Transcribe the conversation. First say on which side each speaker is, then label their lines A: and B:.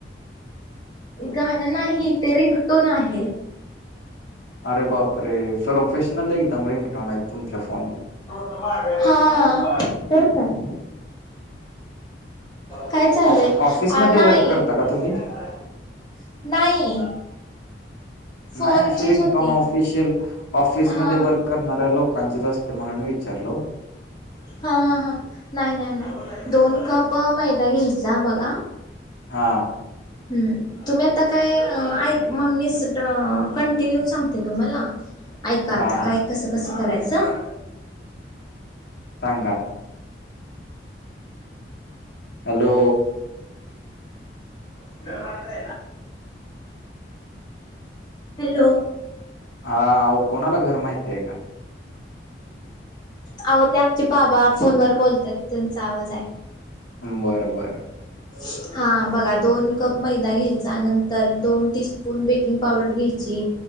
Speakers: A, on the left; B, on the left.
A: गाणं नाही, ते रिंगटोन आहे.
B: अरे बाप रे! प्रोपफेशनल एकदम रिंगटोनयत तुमच्या फोन
A: <unintelligible> हा, तर काय? काय चाललंय?
B: ऑफ ऑफिसमध्ये
A: <unintelligible> नाही
B: वर्क करता का तुम्ही
A: <unintelligible> नाही. फोनचीच
B: नाही अशी रिंगटोन
A: होती
B: ऑफिशियल, ऑफिसमध्ये
A: हा
B: वर्क करणाऱ्या लोकांचीच असते, म्हणून वि चारलो.
A: हां, हां, हां. नाही, नाही, नाही. दोन कप मैदा घ्यायचा, बघा.
B: हा.
A: हम्म. तुम्ही आता काय, आ ऐक मग मी स ड कंटिन्यू सांगते तुम्हाला. ऐका आता
B: हा हा
A: काय कसं कसं करायचं
B: सांगा हॅलो
A: <inaudible> हॅलो
B: हा कोणाला घर माहती आहे का
A: अहो ते आमचे बाबा फोन व बोलतात त्यांचा आवाज आहे
B: बर बर
A: <inaudible> <inaudible> हा बघा दोन कप मैदा घ्यायचा नंतर दोन टी स्पून बेकिंग पावडर घ्यायची